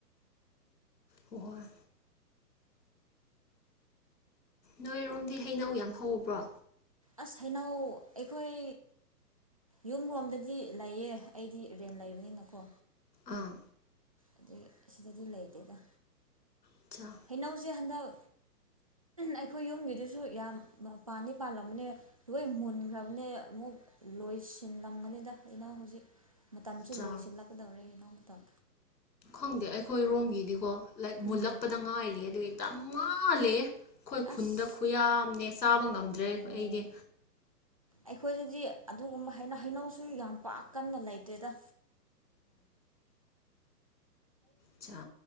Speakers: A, on the left; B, on the right.
A: ꯍꯍꯣꯏ ꯅꯣꯏꯔꯣꯝꯗꯤ ꯍꯩꯅꯧ ꯌꯥꯝ ꯍꯧꯕ꯭ꯔꯣ
B: ꯑꯁ ꯍꯩꯅꯧ ꯑꯩꯈꯣꯏ ꯌꯨꯝꯂꯣꯝꯗꯗꯤ ꯂꯩꯌꯦ ꯑꯩꯗꯤ ꯔꯦꯟ ꯂꯩꯕꯅꯤꯅꯀꯣ
A: ꯑꯥ
B: ꯑꯗꯨ ꯁꯤꯗꯗꯤ ꯂꯩꯇꯦꯗ
A: ꯑꯆꯥ
B: ꯍꯩꯅꯧꯁꯦ ꯍꯟꯗꯛ ꯑꯩꯈꯣꯏ ꯌꯨꯝꯒꯤꯗꯨꯁꯨ ꯌꯥꯝ ꯄꯥꯟꯗꯤ ꯄꯥꯜꯂꯝꯕꯅꯦ ꯂꯣꯏ ꯃꯨꯟꯈ꯭ꯔꯕꯅꯦ ꯑꯃꯨꯛ ꯂꯣꯏꯁꯤꯜꯂꯝꯒꯅꯤꯗ ꯑꯩꯅ ꯍꯧꯖꯤꯛ ꯃꯇꯝꯁꯨ
A: ꯑꯆꯥ
B: ꯂꯣꯏꯁꯤꯜꯂꯛꯀꯗꯧꯔꯦ ꯏꯅꯥꯎ ꯃꯇꯝ
A: ꯈꯪꯗꯦ ꯑꯩꯈꯣꯏ ꯔꯣꯝꯒꯤꯗꯤꯀꯣ ꯂꯥꯏꯛ ꯃꯨꯜꯂꯛꯄꯗ
B: ꯎꯝ
A: ꯉꯥꯏꯔꯤ ꯑꯗꯨ ꯌꯥꯝ ꯃꯥꯥꯜꯂꯦ ꯑꯩꯈꯣꯏ ꯈꯨꯟꯗ
B: ꯑꯁ
A: ꯈꯨꯌꯥꯝꯅꯦ ꯆꯥꯕ ꯉꯝꯗ꯭ꯔꯦ
B: ꯑꯣ
A: ꯑꯩꯗꯤ
B: ꯑꯩꯈꯣꯏꯗꯗꯤ ꯑꯗꯨꯒꯨꯝꯕꯩꯅ ꯍꯩꯅꯧꯁꯨ ꯌꯥꯝ ꯄꯥꯛ ꯀꯟꯅ ꯂꯩꯇ꯭ꯔꯦꯗ
A: ꯆ